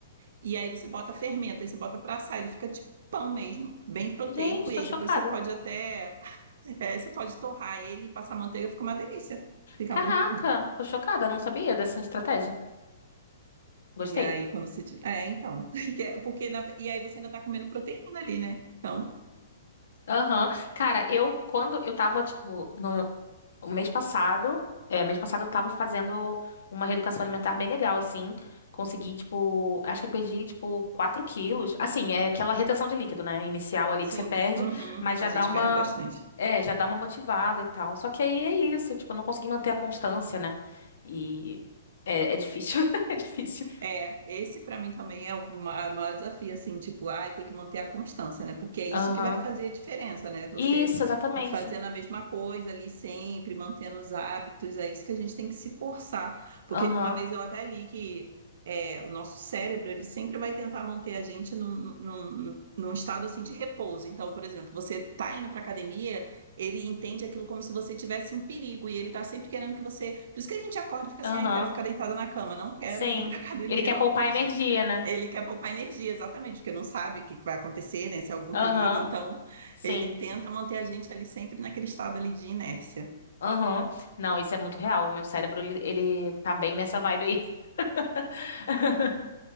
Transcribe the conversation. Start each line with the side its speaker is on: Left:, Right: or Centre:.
Right: e aí você bota fermento, aí você bota pra assar, ele fica tipo pão mesmo, bem proteico,
Left: Gente, tô
Right: e aí
Left: chocada.
Right: depois você pode até, é, você pode torrar ele e passar manteiga, fica uma delícia. Fica
Left: Caraca,
Right: muito bom.
Left: tô chocada. Não sabia dessa estratégia. Gostei.
Right: E aí quando você tira... É, então, <laughs> que é- porque na- e aí você ainda tá comendo proteína ali, né? Então,
Left: Aham. Cara, eu, quando eu tava, tipo, no, O mês passado, é, mês passado eu tava fazendo uma reeducação alimentar bem legal, assim. Consegui, tipo, acho que eu perdi, tipo, 4 quilos. Assim, é aquela retenção de líquido, né? Inicial ali
Right: sim,
Left: que você perde,
Right: uhum,
Left: mas já
Right: a
Left: dá
Right: gente
Left: uma,
Right: perde bastante.
Left: é, já dá uma motivada e tal. Só que aí é isso, tipo, eu não consegui manter a constância, né? E é, é difícil, <laughs> é difícil.
Right: É, esse para mim também é o ma- é o maior desafio, assim, tipo, ai, tem que manter a constância, né? Porque é isso
Left: Aham.
Right: que vai fazer a diferença, né? Você
Left: Isso, exatamente.
Right: ir fazendo a mesma coisa ali sempre, mantendo os hábitos, é isso que a gente tem que se forçar.
Left: Aham,
Right: Porque uma vez eu até li que é, o nosso cérebro, ele sempre vai tentar manter a gente num, num, num estado, assim, de repouso. Então, por exemplo, você tá indo para academia ele entende aquilo como se você estivesse em perigo e ele está sempre querendo que você. Por isso que a gente acorda e fica
Left: aham,
Right: assim, ai, quero ficar deitada na cama, não quero
Left: sim.
Right: ir pra <laughs> academia
Left: Ele quer poupar
Right: hoje.
Left: energia, né?
Right: Ele quer poupar energia, exatamente, porque não sabe o que que vai acontecer, né? Se é algum
Left: Aham,
Right: perigo, então
Left: sim.
Right: ele tenta manter a gente ali sempre naquele estado ali de inércia.
Left: Aham. Não, isso é muito real. O meu cérebro, ele, ele tá bem nessa vibe aí. <laughs>